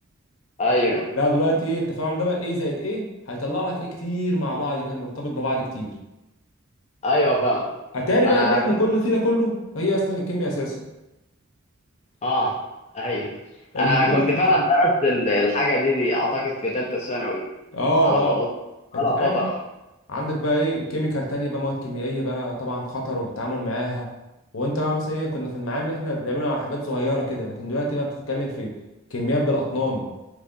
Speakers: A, on the left; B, on the left.
A: ايوه
B: لا دلوقتي ايه التفاعل ده بقى ايه زائد ايه هيطلع لك ايه كتير مع بعض كده مرتبط ببعض كتير
A: ايوه فاهمك
B: اتاري
A: ما
B: بقى
A: انا
B: اللي احنا
A: كنت
B: كل فيه ده كله هي اصلا الكيمياء اساسه
A: اه ايوه
B: الموضوع
A: انا كنت فعلا درست ال- الحاجه دي دي اعتقد في ثالثه ثانوي
B: اه
A: على ما اتذكر
B: اه
A: على
B: انت فاهم
A: فتره
B: عندك بقى ايه كيميكال تانية بقى مواد كيميائيه بقى طبعا خطر والتعامل معاها وانت بقى مثلا إيه، كنا في المعامل احنا بنعملها على حاجات صغيره كده لكن دلوقتي بقى بتتكلم في كميات بالاطنان